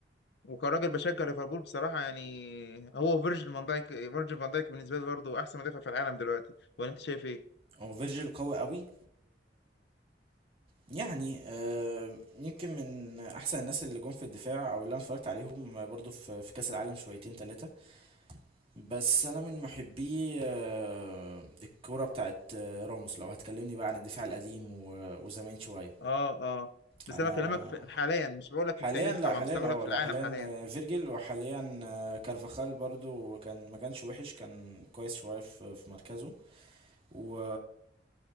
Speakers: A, on the left; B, on the right.
A: وكراجل بشجع ليفربول بصراحة يعني هو فيرجيل فان دايك فيرجيل فان دايك بالنسبة لي برضه أحسن مدافع في العالم دلوقتي ولا أنت شايف إيه؟
B: هو فيرجيل قوي قوي يعني آه، يمكن من احسن الناس اللي جم في الدفاع او اللي انا اتفرجت عليهم آه، برضو في في كاس العالم شويتين ثلاثه بس انا من محبي آه، الكوره بتاعت آه، راموس لو هتكلمني بقى عن الدفاع القديم و- وزمان شويه
A: آه آه بس
B: انا
A: أنا بكلمك في- حاليا مش بقول لك
B: حاليا
A: في التاريخ
B: لا
A: طبعا
B: حاليا
A: بس أنا
B: اه
A: بقول لك في
B: لا
A: العالم
B: حاليا
A: حاليا
B: آه، فيرجيل وحاليا آه، كارفاخال برضو كان ما كانش وحش كان كويس شويه في في مركزه و